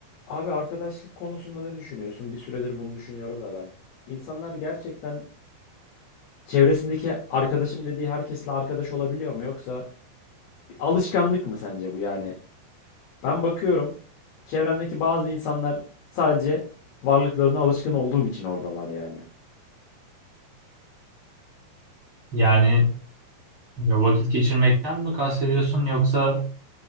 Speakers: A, on the left (about 65°); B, on the right (about 55°).
A: Abi arkadaşlık konusunda ne düşünüyorsun? Bir süredir bunu düşünüyorum da ben. İnsanlar gerçekten çevresindeki arkadaşım dediği herkesle arkadaş olabiliyor mu? Yoksa bir alışkanlık mı sence bu yani? Ben bakıyorum çevremdeki bazı insanlar sadece varlıklarına alışkın olduğum için oradalar yani.
B: Yani ya vakit geçirmekten mi kastediyorsun yoksa